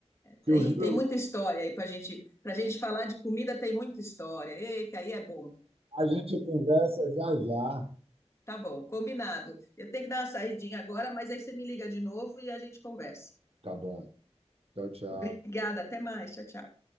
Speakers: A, on the right; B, on the left.
A: Que
B: Aí
A: eu juro,
B: tem muita história aí para gente, para gente falar de comida, tem muita história. Ei, que aí é bom.
A: a gente conversa já já.
B: Tá bom, combinado. Eu tenho que dar uma saidinha agora, mas aí você me liga de novo e a gente conversa.
A: Tá bom. Tchau, tchau.
B: Obrigada, até mais. Tchau, tchau.